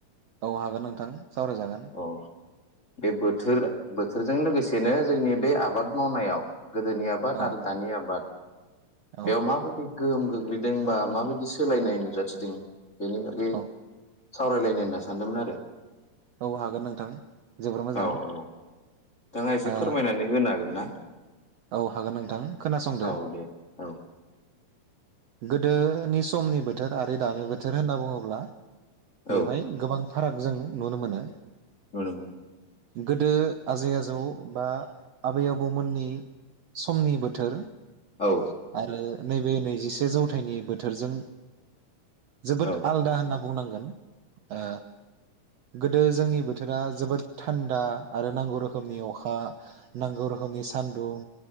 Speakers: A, on the right; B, on the left.
A: औ हागोन नोंथां सावरायजागोन।
B: औ बे बोथोर बोथोरजों लोगोसेनो जोंनि बे आबाद मावनायाव गोदोनि बाद
A: औ
B: आरो दानि आबाद
A: औ
B: बेयाव मााबोरै गोहोम गोग्लैदोंबा माबायदि सोलायनाय नुजाथिदों? बेनि बागै
A: औ
B: सावरायलायनो होनना सानदोंमोन आरो।
A: औ हागोन नोंथां जोबोर मोजां
B: औ औ नोंथाङा एसे
A: ओ
B: फोरमायनानै होनो हागोन ना?
A: औ हागोन नोंथां खोनासंदो।
B: औ दे औ
A: गोदोनि समनि बोथोर आरो दानि बोथोर होनना बुङोब्ला बेवहाय
B: औ
A: गोबां फाराग जों नुनो मोनो।
B: <unintelligible>
A: गोदो आजै आजौ बा आबै आबौमोननि समनि बोथोर
B: औ
A: आरो नैबे नैजिसे जौथाइनि बोथोरजों जोबोद
B: औ
A: आलदा होनना बुंनांगोन ओ गोदो जोंनि बोथोरा जोबोर थान्दा आरो नांगौ रोखोमनि अखा नांगौ रोखोमनि सान्दुं